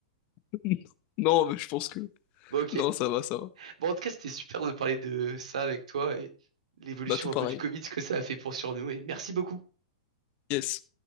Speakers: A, on the left; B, on the right.
A: <laughs> Non, mais je pense que
B: Bon, ok.
A: non, ça va, ça va.
B: Bon, en tout cas, c'était super de parler de ça avec toi et l'évolution
A: Bah tout
B: un
A: pareil.
B: peu du Covid, ce que ça a fait pour sur nous. Et merci beaucoup.
A: Yes.